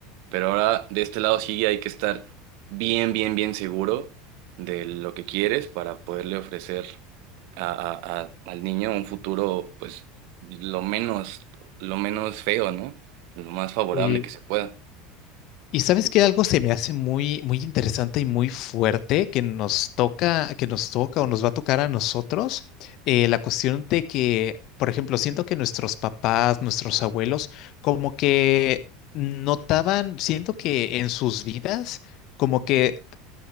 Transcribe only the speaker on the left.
Eh,
y sabes que algo se me hace muy, muy interesante y muy fuerte que nos toca, que nos toca o nos va a tocar a nosotros, eh, la cuestión de que, por ejemplo, siento que nuestros papás, nuestros abuelos, como que notaban, siento que en sus vidas, como que